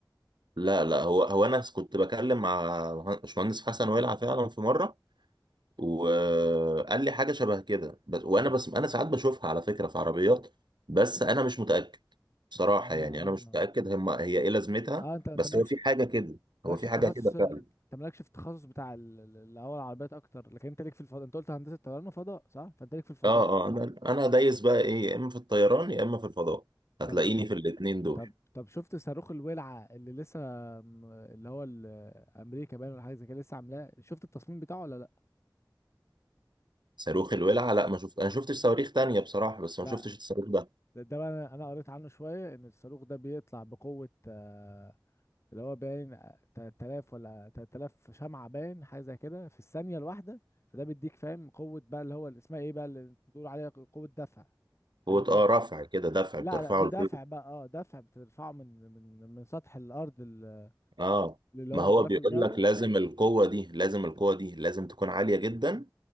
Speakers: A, on the right (about 80°); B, on the left (about 35°).
A: لا لا هو هو انا كنت بكلم مع مهن- باشمهندس حسن ويلعب فعلا في مره وقال لي حاجه شبه كده بس وانا بس انا ساعات بشوفها على فكره في عربيات بس انا مش متاكد بصراحه
B: آه
A: يعني انا مش متاكد هم هي ايه لازمتها
B: آه أنت أنت
A: بس
B: مالكش
A: هو في حاجه كده
B: مالكش
A: هو في
B: في
A: حاجه
B: تخصص
A: كده
B: ال...
A: فعلا
B: انت مالكش في التخصص بتاع ال- ال- اللي هو العربيات اكتر لكن انت ليك في الفضاء انت قلت هندسه طيران وفضاء صح فانت ليك في الفضاء
A: اه اه انا انا دايس بقى ايه يا اما في الطيران يا اما في الفضاء هتلاقيني
B: طب
A: في الاتنين دول
B: طب طب شفت صاروخ الولعه اللي لسه م- اللي هو ال- امريكا باين ولا حاجه زي كده لسه عاملاه شفت التصميم بتاعه ولا لا
A: صاروخ الولعة لا ما شفت انا شفتش صواريخ تانية بصراحة بس
B: لا
A: ما شفتش الصاروخ ده
B: ده, ده بقى انا أنا قريت عنه شويه ان الصاروخ ده بيطلع بقوه آه، اللي هو باين آه، 3000 ولا 3000 شمعه باين حاجه زي كده في الثانيه الواحده فده بيديك فاهم قوه بقى اللي هو اللي اسمها ايه بقى اللي بتقول عليها قوه دفع هيبقى
A: هو اه رفع كده دفع
B: لا
A: بترفعه
B: لا دي
A: لفوق.
B: دفع بقى اه دفع بترفعه من من من سطح الارض ال-
A: اه
B: اللي
A: ما
B: هو
A: هو
B: الغلاف
A: بيقول
B: الجوي
A: لك لازم القوة دي لازم القوة دي لازم تكون عالية جدا